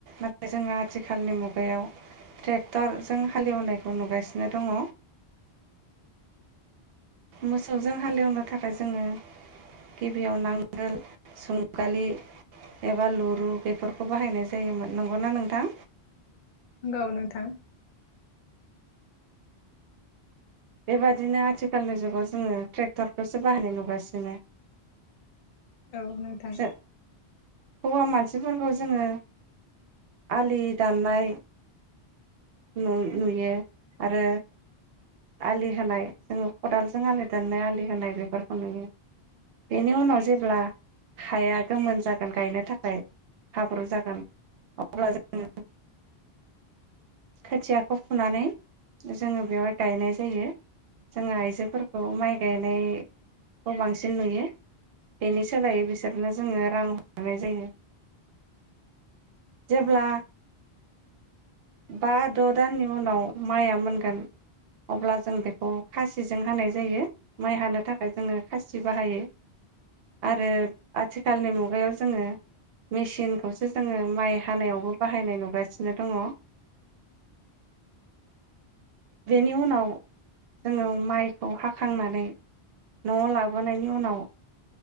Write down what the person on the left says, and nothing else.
नंगौ नोंथां
औ नोंथां